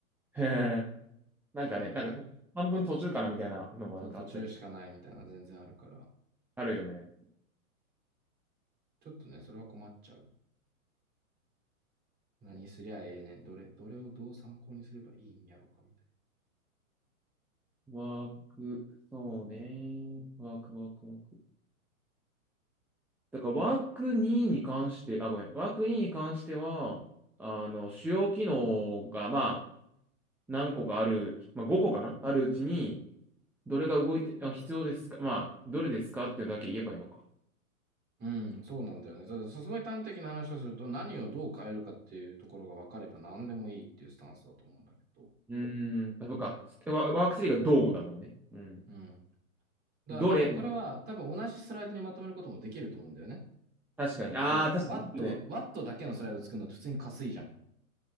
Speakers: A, in the centre; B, on the right.
A: へへ <laughs> なんかね、
B: そのなんか、
A: なんか半分途中かなみたいなのもなんかあったり、
B: そう、途中しかないみたいな全然あるから、
A: あるよね。
B: ちょっとね、それは困っちゃう。何すりゃええねん。どれ、どれをどう参考にすればいいんやろかみたいな。
A: ワーク、そうね。ワーク、ワーク、ワーク。だからワーク2に関して、あ、ごめん。ワーク2に関しては、あの、主要機能が、まあ、何個かある、まあ、5個かなあるうちに、どれが動いて、あ、必要ですかまあ、どれですかっていうだけ言えばいいのか。
B: うん、そうなんだよね。そう、そうすごい端的な話をすると、何をどう変えるかっていうところが分かれば何でもいいっていうスタンスだと思うんだけど、
A: うん、あ、そうか。ワ、ワーク3がどうだもんね。うん。
B: うん。だから多分これは、
A: どれ、
B: 多分同じスライドにまとめることもできると思うんだよね。
A: 確かに。
B: だって、
A: ああ、確かに。
B: ワット、ワットだけのスライド作るのって普通にかすいじゃん。